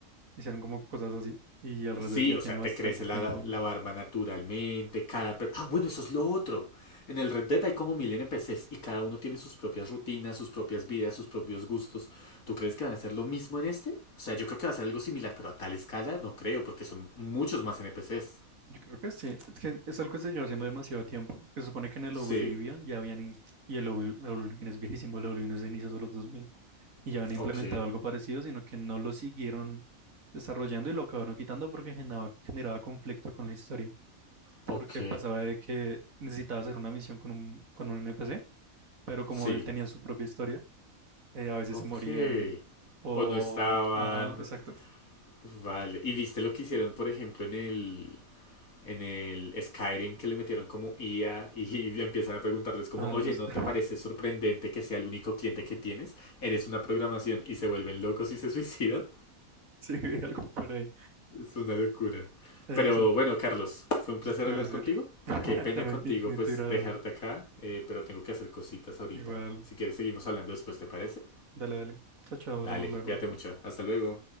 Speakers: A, on the right; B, on the left.
A: hicieron como cosas así. Y el Red
B: Sí,
A: Dead ya
B: o
A: tiene
B: sea,
A: bastante
B: te crece
A: tiempo.
B: la, la barba naturalmente, cada... per- Ah, bueno, eso es lo otro. En el Red Dead hay como mil NPCs y cada uno tiene sus propias rutinas, sus propias vidas, sus propios gustos. ¿Tú crees que van a hacer lo mismo en este? O sea, yo creo que va a ser algo similar, pero a tal escala no creo, porque son muchos más NPCs.
A: Yo creo que sí, es que es algo que se lleva haciendo demasiado tiempo. Se supone que en el
B: Sí,
A: Oblivion ya habían, in- y el Obli- el Oblivion es viejísimo, el Oblivion es de inicios de los 2000 y ya habían
B: ok,
A: implementado algo parecido, sino que no lo siguieron desarrollando y lo acabaron quitando porque generaba, generaba conflicto con la historia, porque
B: ok,
A: pasaba de que necesitaba hacer una misión con un, con un NPC, pero como
B: sí,
A: él tenía su propia historia, eh, a veces
B: ok.
A: se morían, o...
B: O no estaban...
A: Ajá, exacto.
B: Vale. ¿Y viste lo que hicieron, por ejemplo, en el... en el Skyrim que le metieron como IA y, y empiezan a preguntarles como,
A: Algo,
B: oye, ¿no
A: <laughs>
B: te parece sorprendente que sea el único cliente que tienes? Eres una programación y se vuelven locos y se <laughs> suicidan.
A: sí, algo por ahí.
B: Es una locura.
A: Eh,
B: Pero bueno, Carlos, fue un
A: Eso
B: placer
A: te
B: hablar
A: iba a decir.
B: contigo.
A: <laughs>
B: Qué pena
A: También,
B: contigo
A: ni, ni
B: pues
A: te agrada.
B: dejarte acá, eh, pero tengo que hacer cositas ahorita.
A: Igual.
B: Si quieres seguimos hablando después, ¿te parece?
A: Dale, dale. Chao, chao,
B: Dale,
A: hablamos luego.
B: cuídate mucho. Hasta luego.